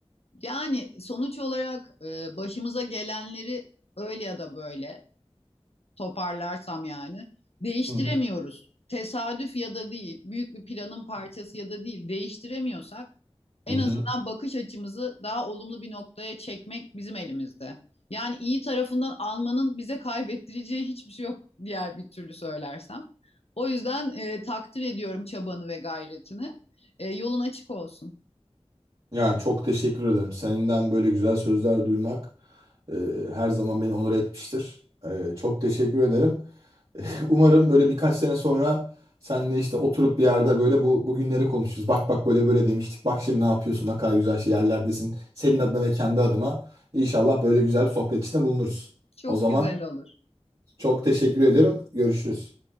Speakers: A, on the left; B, on the right.
A: Yani sonuç olarak e, başımıza gelenleri öyle ya da böyle toparlarsam yani. Değiştiremiyoruz.
B: Hı hı.
A: Tesadüf ya da değil, büyük bir planın parçası ya da değil değiştiremiyorsak en
B: Hı hı.
A: azından bakış açımızı daha olumlu bir noktaya çekmek bizim elimizde. Yani iyi tarafından almanın bize kaybettireceği hiçbir şey yok diğer bir türlü söylersem. O yüzden e, takdir ediyorum çabanı ve gayretini. E, yolun açık olsun.
B: Yani çok teşekkür ederim. Senden böyle güzel sözler duymak e, her zaman beni onur etmiştir. E, çok teşekkür ederim. <laughs> Umarım böyle birkaç sene sonra seninle işte oturup bir yerde böyle bu bugünleri konuşuruz. Bak bak böyle böyle demiştik. Bak şimdi ne yapıyorsun? Ne kadar güzel şey yerlerdesin. Senin adına ve kendi adıma. İnşallah böyle güzel bir sohbet içinde bulunuruz.
A: Çok
B: O zaman
A: güzel olur.
B: çok teşekkür ediyorum. Görüşürüz.